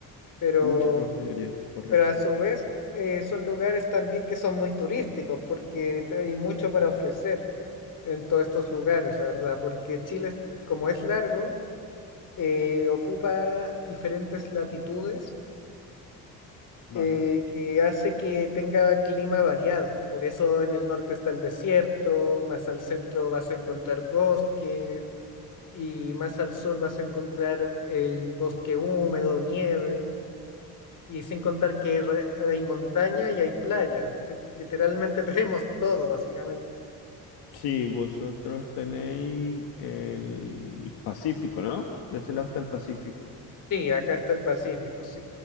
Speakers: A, on the left; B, on the left.
A: Pero,
B: Mucho trabajo en minería, correcto.
A: pero a su vez eh, son lugares también que son muy turísticos porque te- hay mucho para ofrecer en todos estos lugares, la verdad. Porque Chile, es- como es largo, eh, ocupa diferentes latitudes
B: Vale.
A: eh, que hace que tenga clima variado. Por eso en el norte está el desierto, más al centro vas a encontrar bosque y más al sur vas a encontrar el bosque húmedo, nieve. Y sin contar que re- hay montaña y hay playa. Eh, Literalmente <laughs> tenemos todo, básicamente.
B: Sí, vosotros tenéis el Pacífico, ¿no? De ese lado está el Pacífico.
A: Sí, acá está el Pacífico, sí.